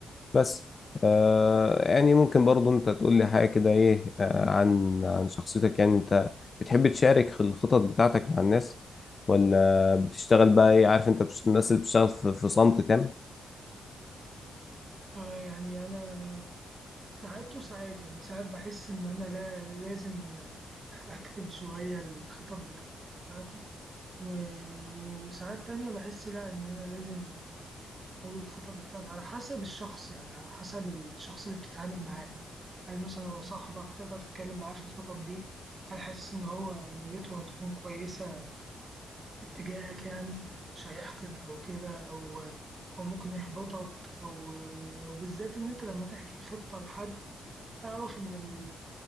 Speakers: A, on the left (about 25°); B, on the right (about 20°).
A: بس آه يعني ممكن برضو انت تقول لي حاجة كده ايه آه عن عن شخصيتك يعني انت بتحب تشارك في الخطط بتاعتك مع الناس ولا بتشتغل بقى ايه عارف انت بتش- الناس اللي بتشتغل في في صمت تام
B: آه يعني انا ساعات وساعات يعني ساعات بحس ان انا لا لازم أكتم شوية الخطط بتاعتي و- وساعات تانية بحس لأ إن أنا لازم أقوي الخطط بتاعتي على حسب الشخص يعني على حسب الشخص اللي بتتعامل معاه هل مثلا هو صاحبك تقدر تتكلم معاه في الخطط دي هل حاسس إن هو نيته هتكون كويسة اتجاهك يعني مش هيحقد أو كده أو أو ممكن يحبطك أو وبالذات إن أنت لما تحكي خطة لحد أعرف إن